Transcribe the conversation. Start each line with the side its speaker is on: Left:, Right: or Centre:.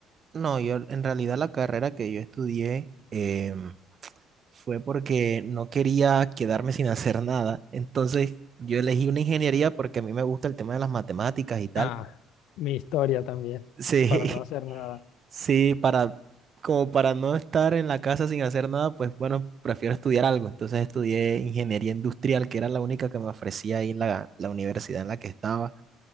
Right: no, yo en realidad la carrera que yo estudié em, fue porque no quería quedarme sin hacer nada. Entonces, yo elegí una ingeniería porque a mí me gusta el tema de las matemáticas y tal.
Left: Ah, mi historia también,
Right: Sí,
Left: para no hacer
Right: <laughs>
Left: nada.
Right: Sí, para, como para no estar en la casa sin hacer nada, pues bueno, prefiero estudiar algo. Entonces estudié ingeniería industrial, que era la única que me ofrecía ahí en la, la universidad en la que estaba.